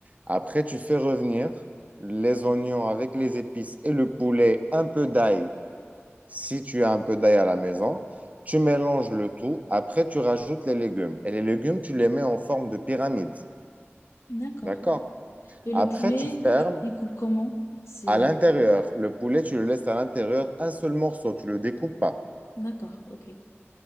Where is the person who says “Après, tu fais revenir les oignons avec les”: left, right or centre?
Right